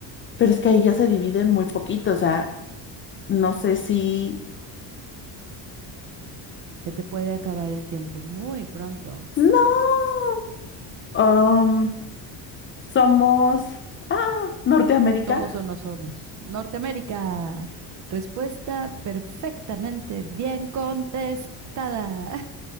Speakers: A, on the left (about 30°); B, on the right (about 40°).
A: Pero es que ahí ya se dividen muy poquito, o sea. No sé si...
B: Se te puede acabar el tiempo muy pronto.
A: No. Um, somos... Ah, Norteamérica.
B: ¿Somos o no somos? Norteamérica. Respuesta perfectamente bien contestada.